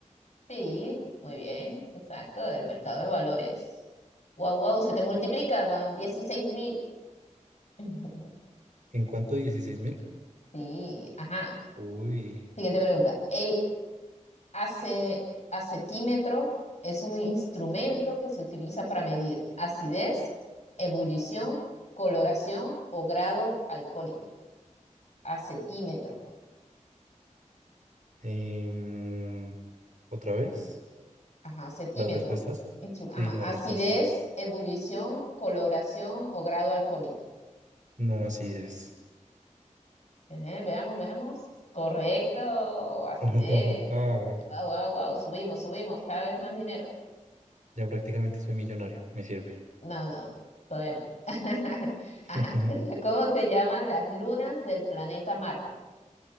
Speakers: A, on the left; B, on the right.
A: Sí, muy bien, exacto, del mercado de valores. Wow, wow, se te multiplica, van dieciséis mil. <laughs>
B: ¿En cuánto? Dieciséis mil.
A: Sí, ajá.
B: Uy.
A: Siguiente pregunta. El ace- acetímetro es un instrumento que se utiliza para medir acidez, ebullición, coloración o grado alcohólico. Acetímetro.
B: Em, ¿otra vez?
A: Ajá, acetímetro.
B: ¿Las respuestas?
A: Instru- ajá,
B: Sí, las
A: acidez,
B: respuestas.
A: ebullición, coloración o grado alcohólico.
B: No, así es.
A: Ajá, veamos, veamos. Correcto, acidez.
B: <laughs> Wow,
A: Wow, wow, wow. Subimos, subimos, cada vez más dinero.
B: Ya prácticamente soy millonario, me sirve.
A: No, no, todavía no. <laughs>
B: <laughs>
A: Ajá. <laughs> ¿Cómo se llaman las lunas del planeta Marte?